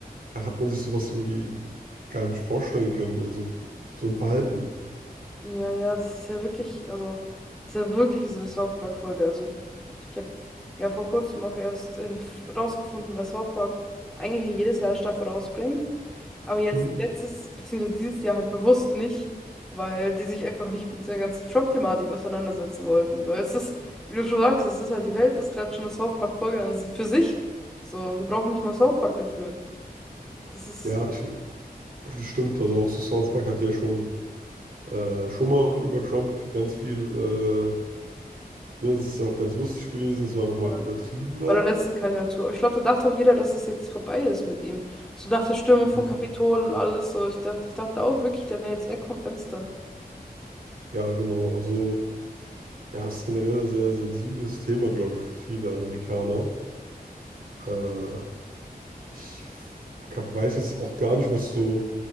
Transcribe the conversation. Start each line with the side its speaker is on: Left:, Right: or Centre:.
Right: da hat man sich sowas irgendwie gar nicht vorstellen können. Also, so ein Verhalten.
Centre: Ja, ja, das ist ja wirklich, also, das ist ja wirklich wie so eine South Park-Folge. Also, ich habe ja vor kurzem auch erst äh, rausgefunden, was South Park eigentlich ja jedes Jahr eine Staffel rausbringt. Aber jetzt
Right: Hm?
Centre: letztes, beziehungsweise dieses Jahr halt bewusst nicht, weil die sich einfach nicht mit dieser ganzen Trump-Thematik auseinandersetzen wollten. Weil es ist, wie du schon sagst, es ist halt, die Welt ist gerade schon eine South Park-Folge an si- für sich. So, wir brauchen nicht mal South Park dafür. Das ist
Right: Ja, ich, das stimmt. Also, auch so South Park hat ja schon. Äh, schon mal über Trump ganz viel äh, Ne, das ist ja auch ganz lustig gewesen. Es war nochmal
Centre: ja,
Right: übertriebener.
Centre: bei der letzten Kandidatur. Aber ich glaube, da dachte auch jeder, dass es jetzt vorbei ist mit ihm. So nach der Stürmung
Right: Mhm.
Centre: von Kapitol und alles so. Ich dachte, ich dachte auch wirklich, der wäre jetzt weg vom Fenster.
Right: Ja, genau. Also, ja, es ist generell ein sehr sensibles Thema, glaube ich, für viele Amerikaner. Äh, ich ka- weiß jetzt auch gar nicht, was so.